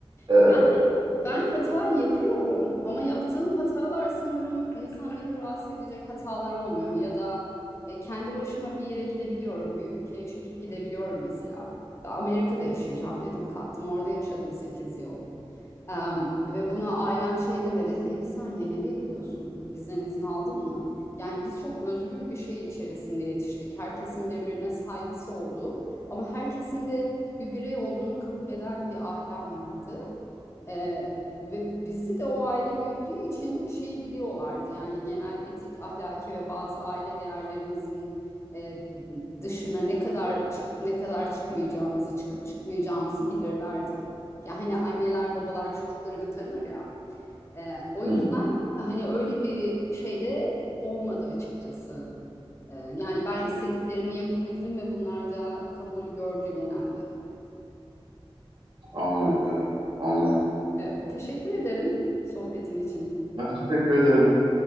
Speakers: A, on the right; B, on the left.
A: E, hı
B: Ben ben hata yapıyorum ama yaptığım hatalar sanırım insanları rahatsız edecek hatalar olmuyor ya da e, kendi başıma bir yere gidebiliyorum, bir ülkeye çekip gidebiliyorum mesela. Ben Amerika'da yaşayacağım dedim, kalktım orada yaşadım 8 yıl. Em, ve buna ailem şey demedi, hey bir saniye nereye gidiyorsun? Bizden izin aldın mı? Yani biz çok özgür bir şey içerisinde yetiştik. Herkesin birbirine saygısı olduğu ama herkesin de bir birey olduğunu kabul eden bir ailem vardı. Ee, ve bizi de o aile büyüttüğü için şeyi biliyorlardı. Yani genel etik, ahlaki ve bazı aile değerlerimizin e, dışına ne kadar çıkıp ne kadar çıkmayacağımızı, çıkıp çıkmayacağımızı bilirlerdi. Ya hani anneler babalar çocuklarını tanır ya. Ee, o
A: hı,
B: yüzden hani öyle bir şey de olmadı açıkçası. Ee, yani ben istediklerimi yapabildim ve bunlar da kabul gördü genelde.
A: anlıyorum, anlıyorum.
B: Evet, teşekkür ederim sohbetin için.
A: Ben teşekkür ederim.